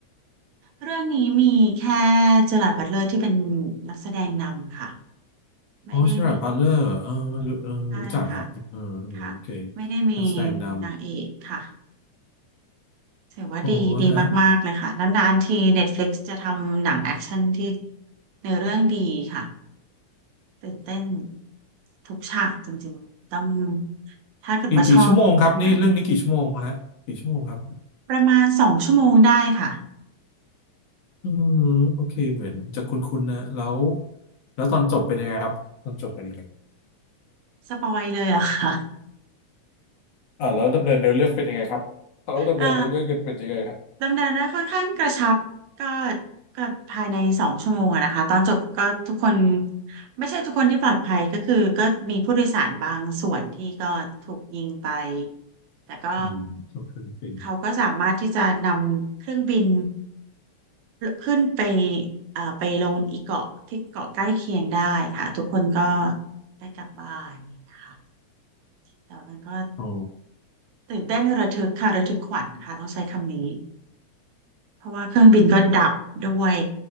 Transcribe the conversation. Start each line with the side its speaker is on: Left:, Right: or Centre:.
Right: เรื่องนี้มีแค่เจอราร์ดบัตเลอร์ที่เป็นนักแสดงนำค่ะไม่ได้มี
Left: อ๋อเชอราร์ดบัตเลอร์เออรู้เออรู้จักฮะเออเออโอเค
Right: ใช่ค่ะค่ะไม่ได้มี
Left: นักแสดงน
Right: นางเอกค่ะ
Left: ำอ๋อฮะ
Right: ถือว่าดีดีมากๆเลยค่ะนานๆที Netflix จะทำหนังแอคชั่นที่ในอเรื่องดีค่ะตื่นเต้นทุกฉากจริงๆต้องถ้าเกิดว่าชอบหนังด้านนี้
Left: กี่กี่ชั่วโมงครับนี่เรื่องนี้กี่ชั่วโมงฮะกี่ชั่วโมงครับ
Right: ประมาณสองชั่วโมงได้ค่ะ
Left: อืมโอเคเหมือนจะคุ้นๆนะแล้วแล้วตอนจบเป็นยังไงครับตอนจบเป็นยังไง
Right: สปอยเลยเหรอะค่ะ
Left: อ่าแล้วดำเนินเนื้อเรื่องเป็นยังไงครับเขาดำเนินเนื้อเรื่องกันเป็นยังไงครับ
Right: เอ่อดำเนินเรื่องค่อนข้างกระชับก็ก็ภายในสองชั่วโมงอะนะคะตอนจบก็ทุกคนไม่ใช่ทุกคนที่ปลอดภัยก็คือก็มีผู้โดยสารบางส่วนที่ก็ถูกยิงไปแต่ก็
Left: อืมชอบฟิลิปปิน
Right: เขาก็สามารถที่จะนำเครื่องบินขึ้นไปเอ่อไปลงอีกเกาะที่เกาะใกล้เคียงได้ค่ะทุกคนก็ได้กลับบ้านนะคะแต่มันก็
Left: อ๋อ
Right: ตื่นเต้นระทึกค่ะระทึกขวัญค่ะต้องใช้คำนี้ เพราะว่าเครื่องบินก็ดับด้วย